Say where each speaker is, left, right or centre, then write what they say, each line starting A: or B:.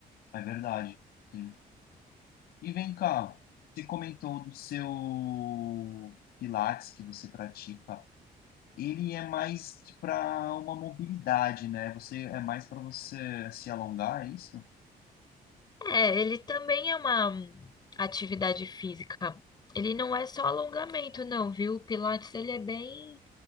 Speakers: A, on the left; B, on the left.
A: É verdade. Sim. E vem cá, você comentou do seu Pilates que você pratica. ele é mais para uma mobilidade, né? Você é mais para você se alongar, é isso?
B: É, ele também é uma hum, atividade física. Ele não é só alongamento, não, viu? O Pilates, ele é bem,